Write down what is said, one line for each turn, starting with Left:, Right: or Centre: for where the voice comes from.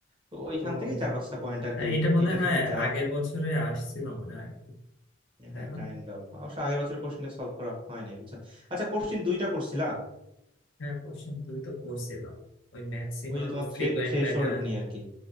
Right: তো ওইখান
Left: ও
Right: থেকে চার পাঁচটা পয়েন্ট আর
Left: আর
Right: কি
Left: এটা মনে
Right: এটার
Left: হয়
Right: সাথে যায়
Left: আগের বছরে আসছিল মনে হয় তাই
Right: হ্যাঁ
Left: না
Right: কাইন্ড অফ অবশ্য আগের বছরের কোশ্চেনটা সলভ করা হয় নাই বুঝছো আচ্ছা কোশ্চেন দুইটা করছিলা
Left: হ্যাঁ কোশ্চেন দুই তো করছিলাম ওই ম্যাক্সিমাল
Right: ওই যে তোমার
Left: ফ্রিকোয়েন্ট
Right: থ্রেশহোল্ড
Left: প্যাটার্ন
Right: নিয়ে আর কি